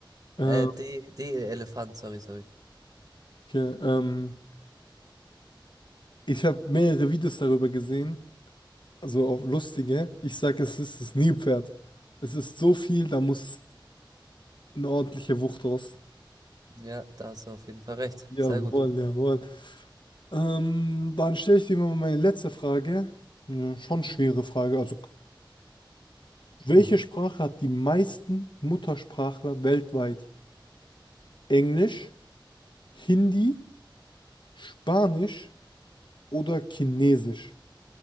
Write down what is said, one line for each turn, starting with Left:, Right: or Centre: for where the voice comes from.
Left: Äh,
Right: Äh, D. D. Elefant, sorry, sorry.
Left: okay, ähm, ich habe mehrere Videos darüber gesehen, also auch lustige. Ich sag, es ist das Nilpferd. Es ist so viel, da muss eine ordentliche Wucht raus.
Right: Ja, da hast du auf jeden Fall recht.
Left: Jawohl,
Right: Sehr gut.
Left: jawohl. Ähm, dann stelle ich dir mal meine letzte Frage. Eine schon
Right: Mhm.
Left: schwere Frage. Also, welche
Right: Hm.
Left: Sprache hat die meisten Muttersprachler weltweit? Englisch? Hindi, Spanisch oder Chinesisch.